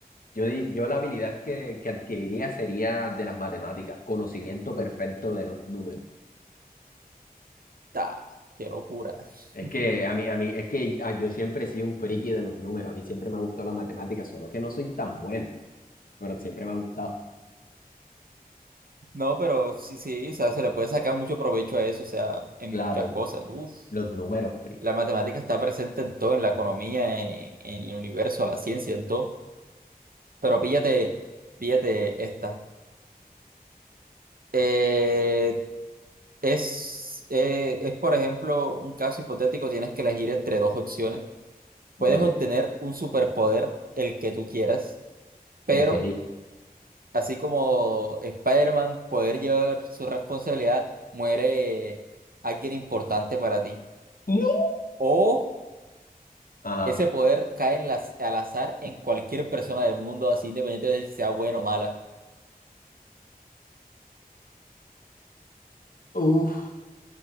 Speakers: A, on the left; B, on the right.
A: Yo, di- yo la habilidad que, que adquiriría sería de las matemáticas, conocimiento perfecto de los números.
B: Ta, ¡Qué locura!
A: Es
B: <laughs>
A: que a mí, a mí, es que ah, yo siempre he sido un friki de los números, a mí siempre me ha gustado la matemática, solo que no soy tan bueno, pero siempre me ha gustado.
B: No, pero sí, sí, o sea, se le puede sacar mucho provecho a eso, o sea, en
A: Claro,
B: muchas cosas. Uf.
A: los números, pri.
B: La matemática está presente en todo, en la economía, en, en el universo, la ciencia, en todo. Pero píllate, píllate esta. Eh, es, eh, es, por ejemplo, un caso hipotético, tienes que elegir entre dos opciones. Puedes
A: Dime.
B: obtener un superpoder, el que tú quieras, pero
A: Ok.
B: así como Spider-Man, poder llevar su responsabilidad, muere alguien importante para ti.
A: No.
B: O
A: Ajá.
B: Ese poder cae en las, al azar en cualquier persona del mundo, así independiente de si sea buena o mala.
A: Uf,